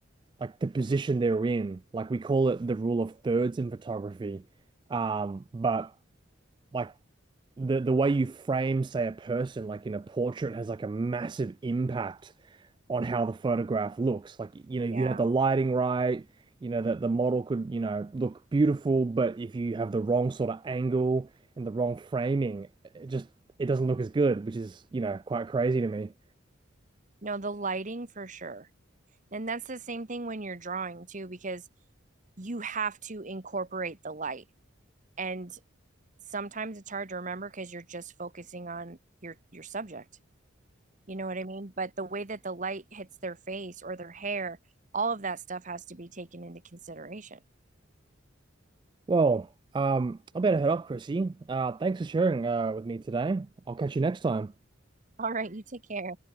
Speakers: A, on the right (about 25°); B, on the right (about 40°).
A: like the position they're in. Like we call it the rule of thirds in photography. Um, but like the the way you frame, say, a person, like in a portrait, has like a massive impact on how the photograph looks. Like, you know, you
B: Yeah.
A: have the lighting right, you know, that the model could, you know, look beautiful, but if you have the wrong sort of angle and the wrong framing, it just it doesn't look as good, which is, you know, quite crazy to me.
B: no the lighting for sure and that's the same thing when you're drawing too because you have to incorporate the light and sometimes it's hard to remember because you're just focusing on your your subject. You know what I mean? But the way that the light hits their face or their hair, all of that stuff has to be taken into consideration.
A: Well, um, I better head off, Chrissy. Uh, thanks for sharing uh, with me today. I'll catch you next time.
B: All right, you take care.